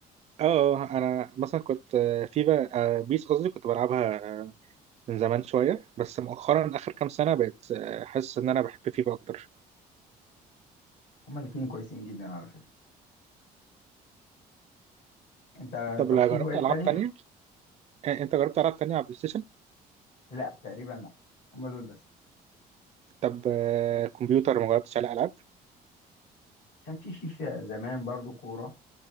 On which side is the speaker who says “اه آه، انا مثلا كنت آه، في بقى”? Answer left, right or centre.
Right